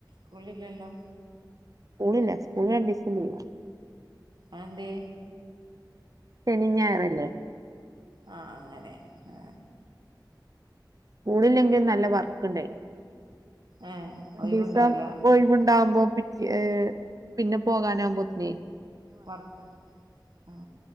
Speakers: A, on the right; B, on the right.
A: കൂളില്ലല്ലോ
B: സ്കൂളില്ല സ്കൂള് രണ്ടിസം ലീവാ
A: ആന്തേ
B: ശെനിഞ്ഞായറല്ലേ
A: ആ അങ്ങനെ ഏ
B: സ്കൂളില്ലങ്കിലും നല്ല വർക്ക്‌ ണ്ടെയ്
A: ഏഹ്
B: ഒരിസം
A: ഒഴിവുണ്ടാവൂല
B: ഒഴിവ്ണ്ടാവുമ്പം <unintelligible> പിന്നെ പോകാനാവുമ്പോത്തിന്
A: വർക്ക് ആ